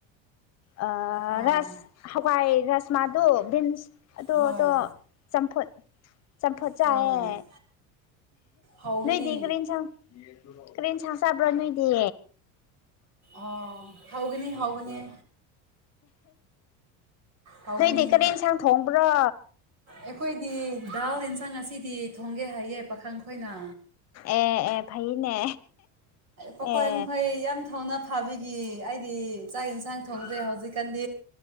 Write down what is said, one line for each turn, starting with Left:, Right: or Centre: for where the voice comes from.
Left: ꯑ
Right: ꯑꯥ
Left: ꯔꯁ ꯍꯋꯥꯏ ꯔꯁꯃꯗꯨ ꯕꯤꯟꯁ ꯑꯣꯗꯣꯗꯣ
Right: ꯍꯣꯏ
Left: ꯆꯝꯐꯨꯠ ꯆꯝꯐꯨꯠ ꯆꯥꯏꯌꯦ
Right: ꯍꯣꯏ ꯍꯥꯎꯒꯅꯤ
Left: ꯅꯣꯏꯗꯤ ꯀꯔꯤ ꯏꯟꯁꯥꯡ ꯀꯔꯤ ꯏꯟꯁꯥꯡ ꯆꯕ꯭ꯔꯣꯅꯣꯏꯗꯤ
Right: ꯑꯣ ꯍꯥꯎꯒꯅꯤ ꯍꯥꯎꯒꯅꯤ ꯍꯥꯎꯒꯅꯤ
Left: ꯅꯣꯏꯗꯤ ꯀꯔꯤ ꯏꯟꯁꯥꯡ ꯊꯣꯡꯕ꯭ꯔꯣ
Right: ꯑꯩꯈꯣꯏꯗꯤ ꯗꯥꯜ ꯏꯟꯁꯥꯡ ꯑꯁꯤꯗꯤ ꯊꯣꯡꯒꯦ ꯍꯥꯏꯌꯦ ꯄꯥꯈꯪ ꯈꯣꯏꯅ
Left: ꯑꯦ ꯑꯦ ꯐꯩꯅꯦ
Right: ꯄꯥꯈꯪꯈꯩꯏ
Left: ꯑꯦ
Right: ꯌꯥꯝ ꯊꯧꯅ ꯐꯥꯕꯒꯤ ꯑꯩꯗꯤ ꯆꯥꯛ ꯏꯟꯁꯥꯡ ꯊꯣꯡꯗꯦ ꯍꯧꯖꯤꯛꯀꯥꯟꯗꯤ